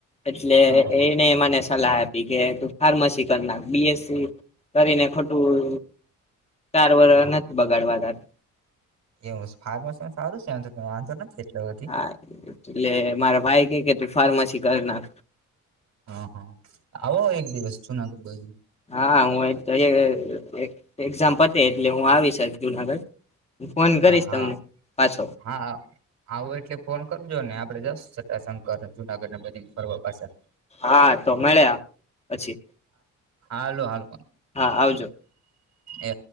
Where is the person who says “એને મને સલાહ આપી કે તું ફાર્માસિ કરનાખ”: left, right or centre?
Left